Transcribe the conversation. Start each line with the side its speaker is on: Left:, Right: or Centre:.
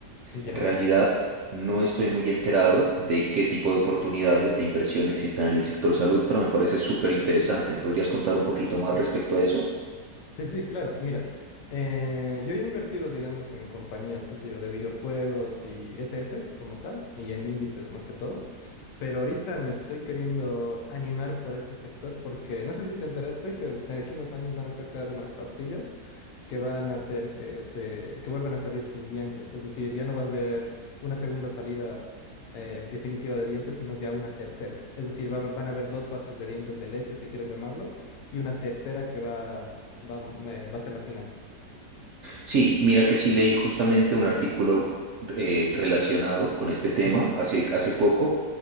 Left: Ya.
Right: En realidad, no estoy muy enterado de qué tipo de oportunidades de inversión existan en el sector salud, pero me parece súper interesante. ¿Me podrías contar un poquito más respecto a eso?
Left: Sí, sí, claro. Mira, eh, yo ya he invertido, digamos, en compañías, qué sé yo, de videojuegos y ETFs como tal, y en índices más que todo. Pero ahorita me estoy queriendo animar por este sector porque no sé si te enteraste que de aquí a unos años van a sacar unas pastillas que van a hacer que se, que vuelvan a salir tus dientes. Es decir, ya no vas a ver una segunda salida eh, definitiva de dientes, sino ya una tercera. Es decir, va- van a haber dos fases de dientes de leche, si quieres llamarlo, y una tercera que va, va, eh, va a ser la final.
Right: Sí, mira que sí leí justamente un artículo eh, relacionado con este tema
Left: Ujú.
Right: hace, hace poco.